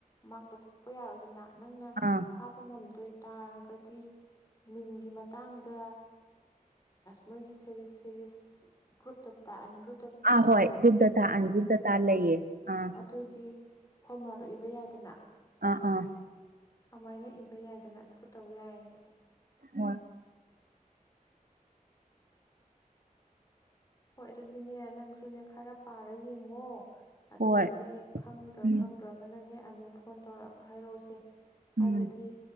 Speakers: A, on the left; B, on the right.
A: ꯃꯛꯇꯣ ꯀꯛꯄ ꯌꯥꯔꯣꯏꯗꯅ ꯅꯪꯅ
B: ꯑꯥ
A: ꯐꯥꯕ ꯉꯝꯗꯣꯏ ꯇꯥꯔꯒꯗꯤ ꯃꯤꯟꯒꯤ ꯃꯇꯥꯡꯗ ꯃꯣꯏꯒꯤ ꯁꯦꯔꯤꯁ ꯁꯦꯔꯤꯁ ꯒ꯭ꯔꯨꯞꯇꯇꯥ ꯑꯟꯒ꯭ꯔꯨꯞ
B: ꯑꯥ ꯍꯣꯏ ꯒ꯭ꯔꯨꯞ ꯗꯇꯥ ꯑꯟꯒ꯭ꯔꯨꯞ ꯗꯇꯥ ꯂꯩꯌꯦ ꯑꯥ
A: ꯑꯗꯨ ꯑꯗꯨ ꯐꯣꯔꯃꯨꯂꯥꯗꯣ ꯏꯕ ꯌꯥꯏꯗꯅ
B: ꯑꯥ ꯑꯥ
A: ꯀꯃꯥꯏꯅ ꯏꯕ ꯌꯥꯏꯗꯅ ꯑꯗꯨꯒ ꯇꯧ ꯌꯥꯏꯅꯦ
B: ꯍꯣꯏ
A: ꯍꯣꯏ ꯑꯗꯨꯗꯤꯅꯦ ꯅꯪꯁꯨꯅꯦ ꯈꯔ ꯄꯥꯔ ꯌꯦꯡꯉꯣ ꯑꯗꯨꯒꯅꯦ
B: ꯍꯣꯏ
A: ꯈꯪꯗ꯭ꯔꯥ
B: ꯎꯝ
A: ꯈꯪꯗ꯭ꯔꯒꯅꯅꯦ ꯑꯃꯨꯛ ꯐꯣꯟ ꯇꯧꯔꯛꯑꯒ ꯍꯥꯏꯔꯛꯑꯣꯁꯦ ꯍꯥꯏꯕꯗꯤ
B: ꯎꯝ